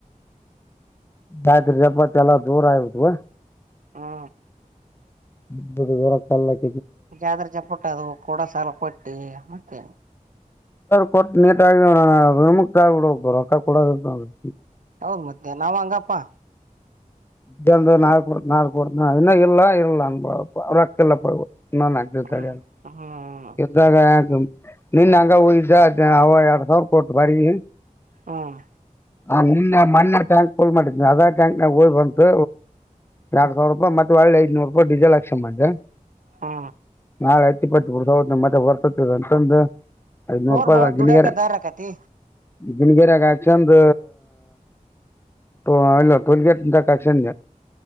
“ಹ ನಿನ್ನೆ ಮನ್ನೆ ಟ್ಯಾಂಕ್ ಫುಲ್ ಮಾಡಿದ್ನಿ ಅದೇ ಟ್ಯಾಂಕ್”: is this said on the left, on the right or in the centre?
Left